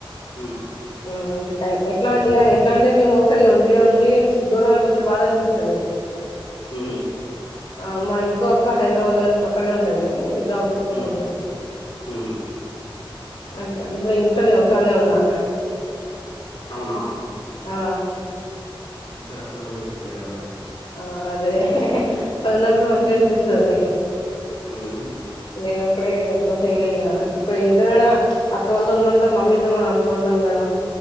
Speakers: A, on the left (about 90°); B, on the left (about 70°).
A: ఉ
B: ఉమ్ టై ఎట్లా ఇ ఎట్లా అంటే మేము ఒకసారి ఉండి ఉండి దూరం అయిపోతే బాధ అనిపిస్తది
A: ఉ
B: ఆ మా ఇంకో అక్క హైదరాబాద్ లో అక్కడే ఉంటది జాబ్ చేసుకుంటూంటది
A: ఉమ్, ఉమ్, ఉమ్.
B: అట్లా ఇప్పుడు ఇంట్లో నేనొక్కన్నే ఉన్నా
A: అవునా
B: ఆ
A: ఇద్దరు అక్కలు కూడా వెళ్ళలిపోయారు అన్న
B: ఆ అదే అది ఉన్నప్పుడు మంచి అనిపిస్తది
A: ఉమ్
B: లేనప్పుడే సింగిల్ గా ఇప్పుడు ఏంట త అక్క వాళ్ళతో ఉన్నంత మమ్మీతో మనం అంత ఉండం కదా